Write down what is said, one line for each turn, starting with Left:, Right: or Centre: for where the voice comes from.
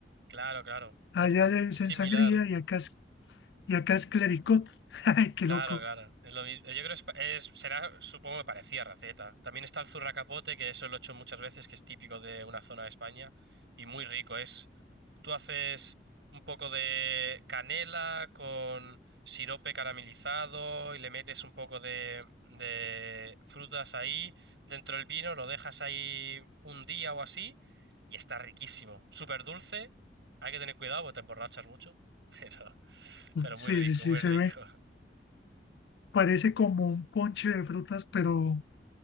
Right: claro, claro.
Left: Allá le dicen
Right: Similar.
Left: sangría y acá es, y acá es clericot. <laughs> Ay, qué
Right: Claro,
Left: loco.
Right: claro. Es lo mismo. Yo creo que es, pa- es- será, supongo que parecía raceta. También está el zurracapote, que eso lo he hecho muchas veces, que es típico de una zona de España y muy rico. Es, tú haces un poco de canela con sirope caramelizado y le metes un poco de, de frutas ahí dentro del vino, lo dejas ahí un día o así y está riquísimo. Súper dulce. Hay que tener cuidado porque te emborrachas mucho, <laughs> pero, pero
Left: Sí,
Right: muy rico,
Left: sí, sí,
Right: muy
Left: se
Right: rico.
Left: ve. Parece como un ponche de frutas, pero